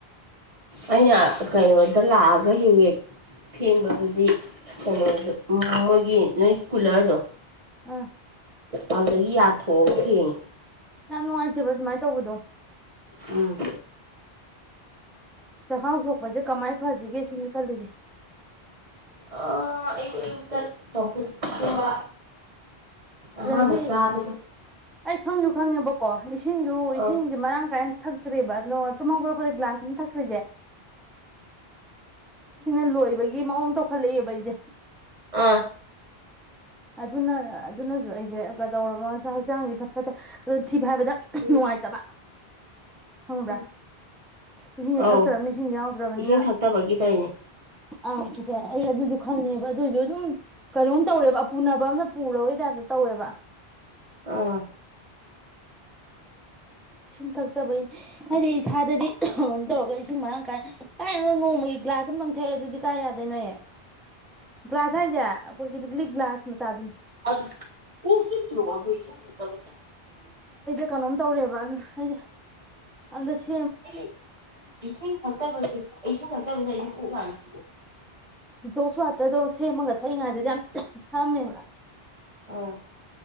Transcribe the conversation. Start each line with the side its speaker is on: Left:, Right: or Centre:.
Right: ꯑꯩꯅ ꯀꯩꯕ ꯇ ꯂꯥꯛꯑꯒ ꯍꯦꯛ ꯍꯦꯛ ꯐꯦꯡꯕꯗꯨꯗꯤ ꯀꯩꯅꯣꯗꯨ ꯃꯣꯏꯒꯤ ꯅꯣꯏ ꯀꯨꯂ꯭ꯔꯗꯣ꯫
Centre: ꯑꯝ꯫
Right: ꯑꯗꯨꯗꯒꯤ ꯌꯥꯊꯣꯛꯑꯒ ꯐꯦꯡꯉꯦ꯫
Centre: ꯌꯥꯝ ꯅꯨꯉꯥꯏꯇꯦꯕ ꯑꯗꯨꯃꯥꯥꯏ ꯇꯧꯕꯗꯣ꯫
Right: ꯎꯝ꯫
Centre: ꯆꯥꯛꯈꯥꯎ ꯁꯣꯛꯄꯁꯦ ꯀꯃꯥꯏꯅ ꯐꯁꯤꯒꯦ ꯁꯤꯅꯤ ꯈꯜꯂꯤꯁꯦ꯫
Right: ꯑꯥ ꯑꯌꯨꯛ ꯑꯌꯨꯛꯇ ꯆꯝꯐꯨꯠꯀꯨꯝꯕ ꯑꯍꯥꯟꯕ
Centre: ꯑꯗꯩꯗꯤ
Right: ꯆꯥꯕꯗ꯫
Centre: ꯑꯩ ꯈꯪꯁꯨꯨ ꯈꯪꯉꯦꯕꯀꯣ ꯏꯁ ꯏꯁꯤꯡꯁꯨ ꯏꯁꯤꯡꯁꯦ
Right: ꯑꯥ
Centre: ꯃꯔꯥꯡ ꯀꯥꯏꯅ꯫ ꯊꯛꯇ꯭ꯔꯦꯕ ꯅꯣ ꯇꯨꯝꯍꯧꯒꯠꯂꯛꯄꯗ ꯒ꯭ꯂꯥꯁ ꯑꯃ ꯊꯛꯈ꯭ꯔꯤꯁꯦ ꯁꯤꯅ ꯂꯣꯏꯕꯒꯤ ꯃꯑꯣꯡ ꯇꯧꯈꯠꯂꯛꯑꯦꯕ ꯑꯩꯁꯦ꯫
Right: ꯑꯥ꯫
Centre: ꯑꯗꯨꯅ ꯑꯗꯨꯅꯁꯨ ꯑꯩꯁꯦ ꯀꯩꯗꯧꯔꯕꯅꯣꯁꯥꯛ ꯍꯛꯆꯥꯡꯁꯦ ꯏꯐꯠ ꯐꯠꯇꯦ ꯑꯗꯨ ꯊꯤ ꯊꯤꯐꯥꯏꯕꯗ
Right: ꯎꯝ
Centre: ꯅꯨꯡꯉꯥꯏꯇꯕ꯫ ꯈꯪꯕ꯭ꯔꯥ꯫
Right: ꯎꯝ
Centre: ꯏꯁꯤꯡꯁꯦ
Right: ꯑꯧ
Centre: ꯊꯛꯇ꯭ꯔꯕꯅꯤꯅ ꯏꯁꯤꯡꯁꯦ ꯌꯥꯎꯗ꯭ꯔꯕꯅꯤꯅ
Right: ꯏꯁꯤꯡ ꯊꯛꯇꯕꯒꯤ ꯇꯧꯔꯤꯅꯦ
Centre: ꯑꯪꯁꯦ ꯑꯩ ꯑꯗꯨꯁꯨ꯫ ꯈꯪꯉꯦꯕ ꯑꯗꯨꯏꯁꯨ ꯑꯗꯨꯝ ꯀꯩꯅꯣꯝ ꯇꯧꯔꯦꯕ꯫ ꯄꯨꯅꯕ ꯑꯝꯅ ꯄꯨꯔꯕꯩ ꯇꯥꯏꯞꯇ ꯇꯧꯋꯦꯕ꯫
Right: ꯑꯥ
Centre: <inaudible> ꯏꯁꯤꯡ ꯊꯛꯇꯕꯩ ꯍꯥꯏꯗꯤ ꯏꯁꯥꯗꯗꯤ <unintelligible> ꯅꯣꯗꯤ ꯇꯧꯔꯒ ꯏꯁꯤꯡ ꯃꯔꯥꯡ ꯀꯥꯏ ꯀꯥꯏꯗꯅꯣ ꯅꯣꯡꯃꯒꯤ ꯒ꯭ꯂꯥꯁ ꯑꯃ ꯂꯪꯊꯛꯑꯦ ꯑꯗꯨꯗꯤ ꯀꯥꯏ ꯌꯥꯗꯣꯏꯅꯣꯍꯦ꯫ ꯒ꯭ꯂꯥꯁ ꯍꯥꯏꯖꯦ꯫ ꯂꯤꯛꯂꯤ ꯒꯤꯂꯥꯁ ꯃꯆꯥꯗꯨꯅꯤ꯫
Right: ꯑꯠ ꯀꯣꯛꯆꯤꯛꯇꯔꯣ ꯑꯗꯣ ꯏꯁꯤꯡ <unintelligible>
Centre: ꯀꯅꯣꯝ ꯇꯧꯔꯦꯕ ꯕ ꯑꯩꯖꯦ ꯑꯝꯗ <unintelligible>
Right: <unintelligible> ꯏꯁꯤꯡ ꯊꯛꯇꯕꯁꯤ ꯏꯁꯤꯡ ꯊꯛꯇꯕꯖꯦ ꯑꯩꯗꯤ ꯀꯣꯛ ꯌꯥꯝ ꯆꯤꯛꯏ
Centre: ꯗꯤꯇꯣꯛꯁ ꯋꯥꯠꯇꯔꯗꯣ ꯁꯦꯝꯃꯒ ꯊꯛꯏꯉꯩꯗꯗꯤ ꯌꯥꯝ ꯊꯛꯑꯝꯃꯦꯕ꯫
Right: ꯑꯥ꯫